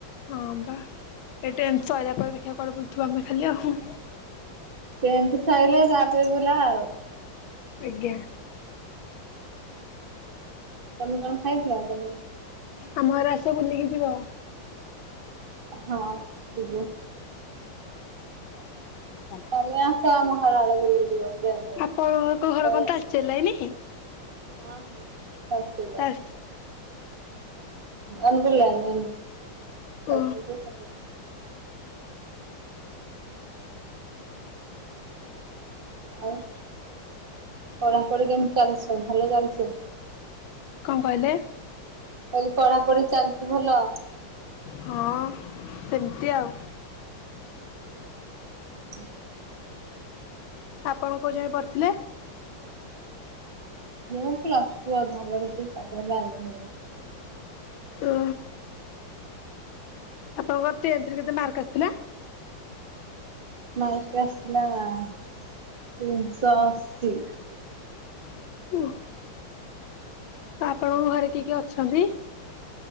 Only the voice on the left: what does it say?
ହଁ ବା ଏ ଟେନ୍ଥ ସଇଲା ପରେ ଦେଖିବା କୁଆଡେ ବୁଲୁଥିବା ଆମେ ଖାଲି ଆଉ।
ଆଜ୍ଞା।
ଆମ ଘରେ ଆସ ବୁଲିକି ଯିବ?
ସେ ଯିବ ଭାରି।
ଆପଣଙ୍କ ଘର
କଣ ତାଳଚେର ଲାଇନି?
ତାଳ
ଓ
କଣ କହିଲେ?
ହଁ ସେମିତି ଆଉ।
ଆପଣ କୋଉ ଯାଏ ପଢ଼ିଥିଲେ?
ଓ ଆପଣଙ୍କର ଟେନ୍ଥରେ କେତେ ମାର୍କ ଆସିଥିଲା?
<unintelligible> ତ ଆପଣଙ୍କ ଘରେ କିଏ କିଏ ଅଛନ୍ତି?